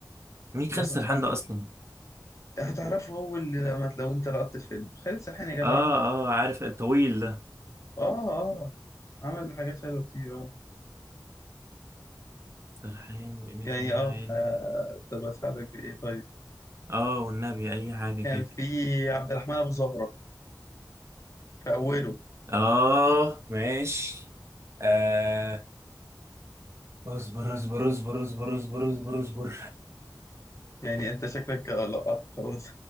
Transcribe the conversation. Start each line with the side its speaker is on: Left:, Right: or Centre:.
Right: مين
Left: باسم
Right: خالد سرحان
Left: سمرة
Right: ده اصلا
Left: هتعرفه اول لما لو انت لقطت الفيلم خالد سرحان يا جدع
Right: اه
Left: عمل
Right: اه عارف الطويل ده
Left: اه اه عمل حاجات حلوه كتير اه
Right: سرحان وإيمي
Left: يعني
Right: سمير
Left: اه
Right: غانم
Left: آه، طب اساعدك بايه طيب
Right: اه والنبي اي حاجة
Left: كان
Right: كده
Left: في عبد الرحمن ابو زهره في أوله
Right: اه ماشي آه اصبر اصبر اصبر اصبر اصبر اصبر اصبر
Left: يعني أنت شكلك لقطت خلاص